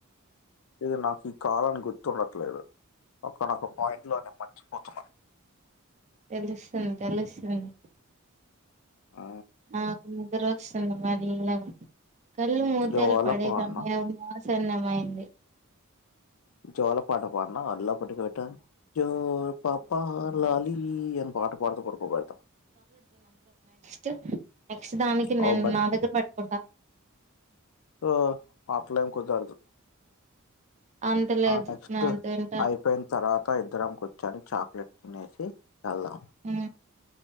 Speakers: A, on the left; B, on the right.
A: ఇది నాకు ఈ కాలాం గుర్తుండట్లేదు. ఒకానొక పాయింట్ లోనే మర్చిపోతున్నా.
B: తెలుస్తుంది తెలుస్తుంది.
A: ఆ
B: ఆ ముగ్గరు వస్తున్లు మెల్లగ. కళ్ళు మూతల్
A: జోల
B: పడే
A: పోన్న
B: సమయానా. సన్నమైంది.
A: జోలపాట పాడ్నా మల్లప్పటికి పెట్టా. జో పాపా లాలీ అన్ పాట పాడుతు పడుకోబెడతా.
B: చ నెక్స్ట్ దానికి నేన్
A: ఓ
B: నా దగ్గర పెట్టుకుంటా.
A: పూ అట్లేం కుదరదు.
B: అంత లేదు
A: ఆ నెక్స్ట్
B: నేను తింటా
A: అయిపోయిన తర్వాత ఇద్దరం కూర్చొని చాక్లెట్ తినేసి. వెళ్దాం
B: హ్మ